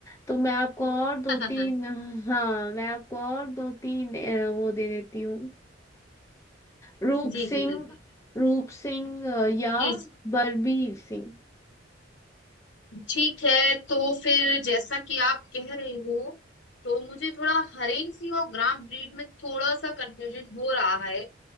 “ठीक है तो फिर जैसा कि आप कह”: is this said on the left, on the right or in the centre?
Left